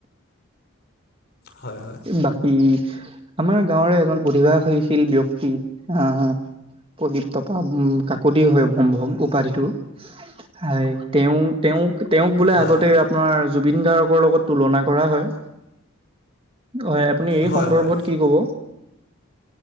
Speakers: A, on the left (about 50°); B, on the right (about 25°).
A: হয় হয়
B: বাকী আমাৰ গাঁৱৰে এজন প্ৰতিভাশী ল ব্যক্তি আ প্ৰদীপ টপা কাকতি হয় সম্ভৱ উপাধিটো। হয় তেওঁ তেওঁ তেওঁক বোলে
A: হয়
B: আগতে আপোনাৰ জুবিন গাৰ্গৰ লগত তুলনা কৰা হয়। হয় আপুনি এই
A: হয়
B: সন্দৰ্ভত
A: হয়
B: কি ক'ব?